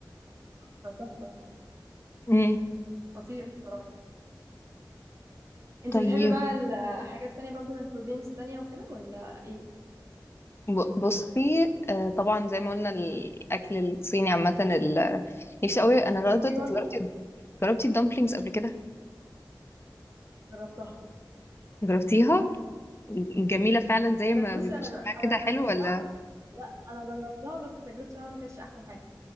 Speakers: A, on the right; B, on the left.
A: تحفة تحفه
B: مم.
A: خطير الصراحه انت
B: طيب
A: بتحبي بقى الحاجات التانية برضو من كوزينز تانية وكده ولا ايه
B: ب- بصي آه، طبعا زي ما قلنا الاكل الصيني عامه ال... نفسي قوي انا
A: بتحبيه
B: لغايه دلوقتي
A: برضه
B: انت جربتي جربتي الدمبلينجز قبل كده
A: جربتها
B: جربتيها جميله فعلا زي ما
A: انا بصي
B: بيبقى
A: انا
B: شكلها
A: جر- انا
B: كده
A: جربتها
B: حلو ولا
A: لا انا جربتها بس تجربتي معاها ما كانتش احسن حاجه